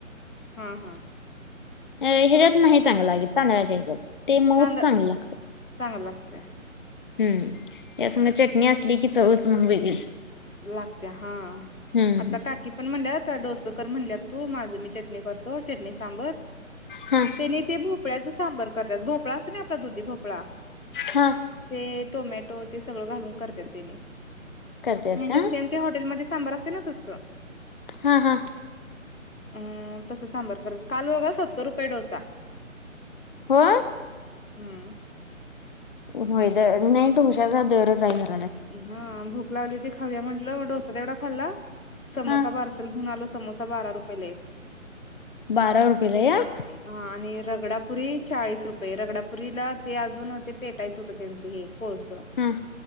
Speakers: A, on the left; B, on the left.
A: हा हा
B: अ ह्यात
A: हा
B: नाही चांगलं लागेल तांदळा्याच्या ह्याच्या्यात ते म
A: तांदळ
B: ऊ चांगलं लागत
A: चांगलं लागतय
B: हम्म या सग चटणी असली की चवच मग वेगळी
A: लागत हा
B: हम्म
A: आता काकी पण म्हणल्यात डोसकर म्हणल्यात तू माझं मी चटणी करतो चटणी सांबर
B: हा
A: त्यानी ते भोपळ्याच सांबर करतात भोपळा अस नाही आपला दुधी भोपळा
B: हा
A: ते टोमॅटो ते सगळं घालून करत त्याने
B: करतेत
A: म्हणजे
B: का
A: सेम ते हॉटेलमध्ये सांबर असते ना तस
B: हा हा
A: अ तसं सांबर करत काल बघा सत्तर रुपये डोसा
B: हो
A: हम्
B: होय तर नाही डोशाचा दरच आहे ना...
A: हा भूक लावली ती खाऊया म्हंटलं डोसा तेवढा खाल्ला.... समोसा
B: हा
A: पार्सल घेऊन आलो समोसा बारा रुपयेला एक...
B: बारा रुपयेला एक...
A: हा आणि रगडापुरी चाळीस रुपये रगडापुरीला ते अजून ते पेटायचं होतं त्यांचं हे... कोळस...
B: हम्म...